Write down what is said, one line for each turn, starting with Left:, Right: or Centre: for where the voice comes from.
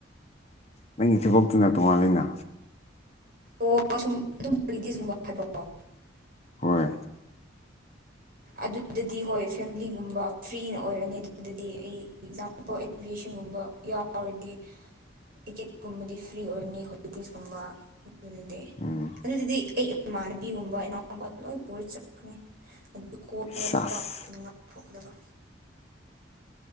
Left: ꯅꯪꯒꯤ ꯊꯕꯛꯇꯨꯅ ꯇꯣꯉꯥꯟꯉꯅ
Right: ꯑꯣ ꯁꯨꯝ ꯑꯗꯨꯝ ꯍꯣꯂꯤꯗꯦꯁꯀꯨꯝꯕ ꯍꯥꯏꯕꯛꯑꯣ
Left: ꯍꯣꯏ
Right: ꯑꯗꯨꯗꯗꯤ ꯍꯣꯏ ꯐꯦꯃꯤꯂꯤꯒꯨꯝꯕ ꯐ꯭ꯔꯤꯅ ꯑꯣꯏꯔꯅꯤ ꯑꯗꯨꯗꯗꯤ ꯑꯩ ꯑꯦꯛꯖꯥꯝꯄꯜ꯫ ꯑꯦꯚꯤꯌꯦꯁꯟꯒꯨꯝꯕ ꯌꯥꯎꯔꯗꯤ ꯇꯤꯛꯀꯦꯠꯀꯨꯝꯕꯗꯤ ꯐ꯭ꯔꯤ ꯑꯣꯏꯔꯅꯤ ꯍꯣꯂꯤꯗꯦꯁꯀꯨꯝꯕ ꯑꯗꯨꯗꯤ
Left: ꯎꯝ
Right: ꯑꯗꯨ ꯑꯗꯨꯗꯤ ꯑꯩ ꯏꯃꯥꯔꯕꯤꯒꯨꯝꯕ ꯏꯅꯥꯎꯨꯝꯕ ꯂꯣꯏ ꯄꯨ ꯆꯠꯄ <inaudible> ꯑꯗꯨ ꯀꯣꯏ
Left: ꯁꯥꯁ
Right: ꯉꯥꯛꯊꯣꯛꯀꯗꯕ